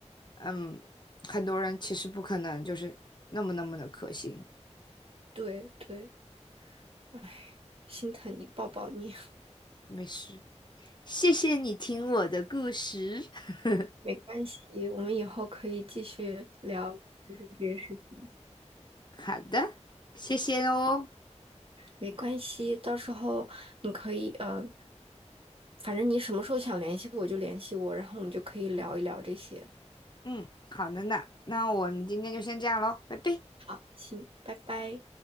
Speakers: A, on the left; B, on the right.
A: 嗯，很多人其实不可能就是那么那么的可信。
B: 对对，唉，心疼你，抱抱你，
A: 没事，谢谢你听我的故事。<laughs>
B: <laughs> 没关系，我们以后可以继续聊，就是这些事情，
A: 好的，谢谢哦。
B: 没关系，到时候你可以呃，反正你什么时候想联系我就联系我，然后我们就可以聊一聊这些。
A: 嗯，好的呢，那我们今天就先这样喽，拜拜。
B: 好，行，拜拜。